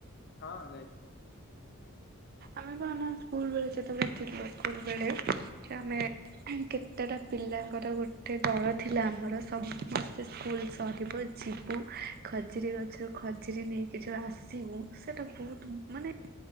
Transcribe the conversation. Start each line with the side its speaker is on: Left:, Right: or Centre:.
Left: ହଁ ଯାଇଚି।
Right: ଆମେ କହ ନା ସ୍କୁଲ ବେଳେ ଯେତେବେଳେ ଥିଲ ସ୍କୁଲ ବେଳେ ଆମେ ଆ
Left: ହୁଁ
Right: କେତେଟା
Left: ହୁଁ
Right: ପିଲା ତାଙ୍କର ଗୋଟେ ଦଳ ଥିଲା ଆମର ସମସ୍ତେ ସ୍କୁଲ ସରିବୁ ଯିବୁ ଖଜୁରୀ ଗଛରୁ ଖଜୁରୀ ନେଇକି ଯେଉଁ ଆସିବୁ ସେଇଟା ବହୁତ ମାନେ
Left: ହୁଁ ହୁଁ